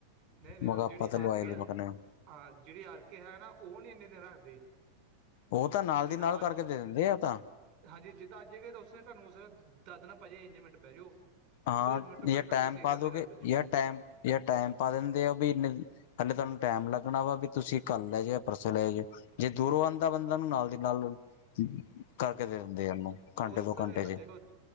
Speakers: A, on the right (about 35°); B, on the left (about 55°).
A: ਨਈ ਨਈ,
B: ਮੈਂ
A: ਉਹ
B: ਕਿਹਾ
A: ਜੇਹੜੀ
B: ਆਪਾਂ ਤਾਂ
A: ਆਰਕੇ
B: ਲਵਾਈ ਲਈ
A: ਹੈ।
B: ਮੈਂ ਕਿਹਾ
A: ਹਾਂ ਜਿਹੜੀ ਆਰਕੇ ਹੈ ਨਾ ਉਹ ਨੀ ਇੰਨੇ ਦਿਨ ਰੱਖਦੇ
B: ਓ ਤਾਂ ਨਾਲ
A: ਜਿੱਦਾਂ
B: ਦੀ ਨਾਲ
A: ਅੱਜ
B: ਕਰਕੇ ਦੇ ਦਿੰਦੇ ਆ ਤਾਂ
A: ਹਾਂਜੀ, ਜਿੱਦਾਂ ਅੱਜ ਉਥੇ ਤੁਹਾਨੂੰ ਦੱਸਦਾ ਭਾਜੀ ਇੰਨੇ ਮਿੰਟ ਬਹਿ ਜਾਓ।
B: ਆ
A: ਉਸੇ ਮਿੰਟੋ ਮਿੰਟ
B: ਏ
A: ਕਰਕੇ
B: ਟੈਮ
A: ਸਹੀ
B: ਪਾ
A: ਦਿੰਦੇ
B: ਦੋਗੇ
A: ਲਓ ਵੀਰ ਜੀ
B: ਯਾ
A: ਪੈਸੇ
B: ਟੈਮ ਯਾ ਟੈਮ ਪਾ ਦਿੰਦੇ ਆ ਵੀ ਇੰਨੇ ਹਲੇੇ ਤੁਹਾਨੂੰ ਟਾਈਮ ਲੱਗਣਾ ਵਾ ਵੀ ਤੁਸੀਂ ਕੱਲ ਲੈ ਜੇ ਪਰਸੋਂ ਲੈ ਜਇਓ ਜੇ ਦੂਰ ਬੰਦਾ ਨੂੰ ਨਾਲ ਦੀ ਨਾਲ ਕਰਕੇ ਦੇ ਦਿੰਦੇ ਉਹਨੂੰ ਘੰਟੇ
A: ਉਸ
B: ਦੋ
A: ਵੇਲੇ
B: ਘੰਟੇ
A: ਹਾਂਜੀ
B: ਚ <unintelligible>